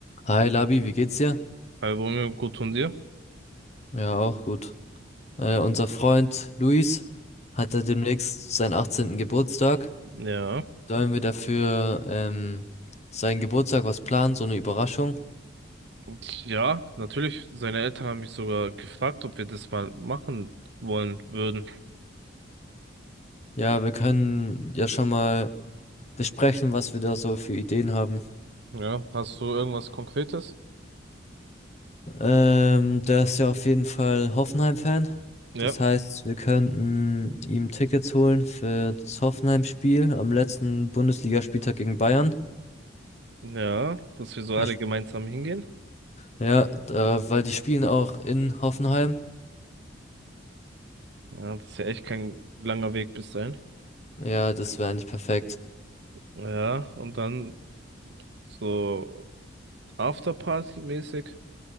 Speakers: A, on the left; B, on the right.
A: Hi Labi, wie geht's dir?
B: hallo Romeo, gut und dir?
A: Ja, auch gut. Äh, unser Freund Luis hat ja demnächst seinen 18. Geburtstag.
B: Ja.
A: Sollen wir dafür ähm, seinen Geburtstag was planen, so eine Überraschung?
B: Und Ja, natürlich. Seine Eltern haben mich sogar gefragt, ob wir das mal machen wollen würden.
A: Ja, wir können ja schon mal besprechen, was wir da so für Ideen haben.
B: Ja, hast du irgendwas Konkretes?
A: Ähm, der ist ja auf jeden Fall Hoffenheim-Fan.
B: Ja.
A: Das heißt, wir könnten ihm Tickets holen für das Hoffenheim-Spiel am letzten Bundesligaspieltag gegen Bayern.
B: Ja, dass wir so
A: Da
B: alle gemeinsam hingehen.
A: Ja, da, weil die spielen auch in Hoffenheim.
B: Ja, das ist ja echt kein langer Weg bis dahin.
A: Ja, das wäre eigentlich perfekt.
B: Ja, und dann so Afterparty-mäßig.